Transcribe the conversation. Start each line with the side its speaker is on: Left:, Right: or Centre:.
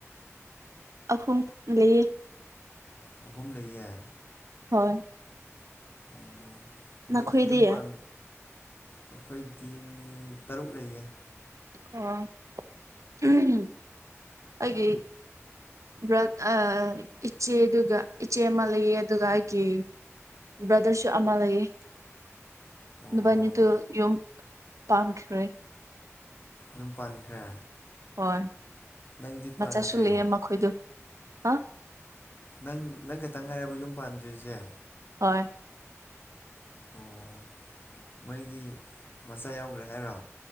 Right: ꯑꯍꯨꯝ ꯂꯩꯌꯦ꯫
Left: ꯑꯍꯨꯝ ꯂꯩꯌꯦ꯫
Right: ꯍꯣꯏ꯫
Left: ꯑꯣ ꯃꯣꯏꯗꯤ
Right: ꯅꯈꯣꯏꯗꯤ
Left: ꯌꯨꯝꯄꯥꯟ ꯑꯩꯈꯣꯏꯗꯤ ꯃꯤ ꯇꯔꯨꯛ ꯂꯩꯌꯦ꯫
Right: ꯑꯣ ꯎꯝ ꯑꯩꯒꯤ <unintelligible> ꯏꯆꯦꯗꯨꯒ ꯏꯆꯦ ꯑꯃ ꯂꯩꯌꯦ ꯑꯗꯨꯒ ꯑꯩꯒꯤ ꯕ꯭ꯔꯗꯔꯁꯨ ꯑꯃ ꯂꯩꯌꯦ꯫
Left: ꯑꯣ
Right: ꯅꯕꯅꯤꯗ‌ꯨ ꯌꯨꯝ ꯄꯥꯟꯈ꯭ꯔꯦ
Left: ꯌꯨꯝ ꯄꯥꯟꯈ꯭ꯔꯦ
Right: ꯍꯣꯏ
Left: ꯅꯪꯗꯤ ꯄꯥꯟꯗ꯭ꯔꯤ
Right: ꯃꯆꯥꯁꯨ ꯂꯩꯑꯦ ꯃꯈꯣꯏꯗꯨ ꯍꯥ
Left: ꯅꯪ ꯅꯪ ꯈꯇꯪ ꯉꯥꯏꯔꯕ ꯌꯨꯝ ꯄꯥꯟꯗ꯭ꯔꯤꯁꯦ꯫
Right: ꯍꯣꯏ꯫
Left: ꯑꯣ ꯃꯩꯒꯤ ꯃꯆꯥ ꯌꯥꯎꯈ꯭ꯔꯦ ꯍꯥꯏꯔꯣ꯫